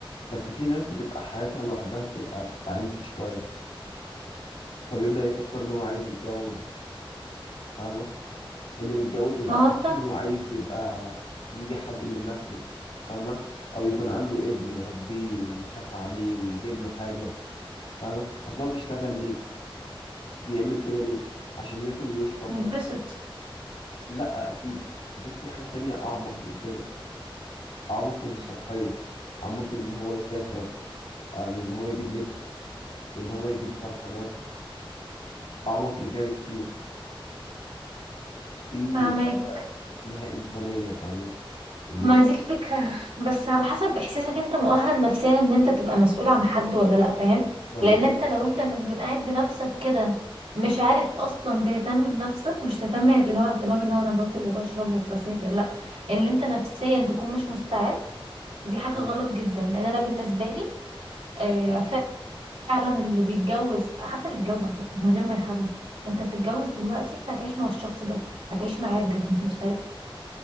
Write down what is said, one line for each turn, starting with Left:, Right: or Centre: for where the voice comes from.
Left: بس في ناس بتبقى حياتها لوحدها بتبقى تعيسة شوية فبيبدأ يفكر إن هو عايز يتجوز فاهمة اللي متجوز بيبقى
Right: ما
Left: حاسس
Right: هو انت
Left: إن هو عايز يبقى يجي حد من نسله فاهمة أو يكون عنده ابن يربيه ويخاف عليه ويجيب له حاجة فاهمة أصل هو بيشتغل ليه بيعمل كده ليه عشان ياكل ويشرب
Right: هتبسط
Left: بس لأ أكيد أكيد في حاجة تانية أعمق من كده أعمق من السطحية أعمق من إن هو يسافر آه، من إن هو يجيب لبس من إن هو يجيب برفانات اعمق من كده بكتير في
Right: فاهمك
Left: حاجه اسمها انسانيه فاهمه ان
Right: ما
Left: الواحد
Right: دي الفكرة بس على حسب احساسك انت مؤهل نفسيا ان انت تبقى مسؤول عن حد ولا لا فاهم
Left: ما
Right: لان
Left: بالظبط
Right: انت لو انت ب- قاعد بنفسك كده مش عارف اصلا تهتم بنفسك مش تهتم اللي هو اهتمام اللي هو انا باكل وبشرب وبسافر لا اللي انت نفسيا تكون مش مستعد دي حاجة
Left: آه.
Right: غلط جدا لان انا بالنسبة لي آه، فعلا اللي بيتجوز حتى اللي بيتجوز على فكرة من غير ما يخلف انت بتتجوز دلوقتي انت هتعيش مع الشخص ده هتعيش معاه بجد انت متخيل